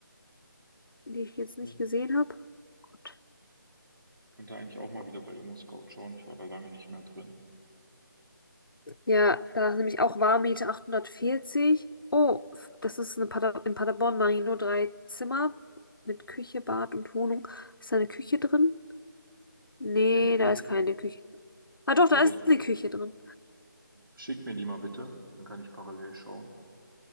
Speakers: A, on the left; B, on the right.
A: die ich jetzt nicht
B: Ja.
A: gesehen habe. Gott.
B: Könnte eigentlich auch mal wieder bei ImmoScout schauen. Ich war da lange nicht mehr drin.
A: Ja, da ist nämlich auch Warmmiete 840. Oh, f- das ist eine Pader in Paderborn, Marino, drei Zimmer mit Küche, Bad und Wohnung. Ist da eine Küche drin? Nee,
B: Ja, mit Küche.
A: da ist keine Küche. Ah doch,
B: Aber
A: da
B: das
A: ist eine Küche drin.
B: schick mir die mal bitte, dann kann ich parallel schauen.